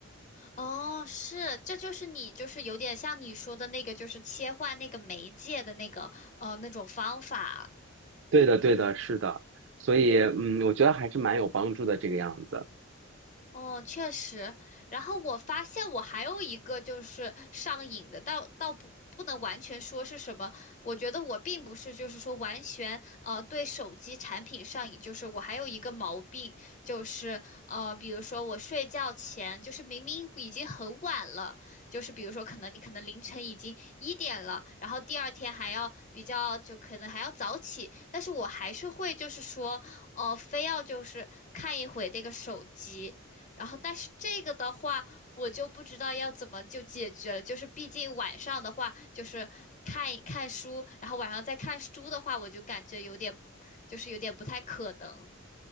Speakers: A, on the left; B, on the right.
A: 哦，是，这就是你就是有点像你说的那个，就是切换那个媒介的那个呃那种方法。
B: 对的，对的，
A: 嗯。
B: 是的，所以嗯，我觉得还是蛮有帮助的这个样子。
A: 哦，确实。然后我发现我还有一个就是上瘾的，倒倒不不能完全说是什么。我觉得我并不是就是说完全呃对手机产品上瘾，就是我还有一个毛病，就是呃比如说我睡觉前，就是明明已经很晚了，就是比如说可能你可能凌晨已经一点了，然后第二天还要比较就可能还要早起，但是我还是会就是说呃非要就是看一会这个手机。然后，但是这个的话，我就不知道要怎么就解决了。就是毕竟晚上的话，就是看一看书，然后晚上再看书的话，我就感觉有点，就是有点不太可能。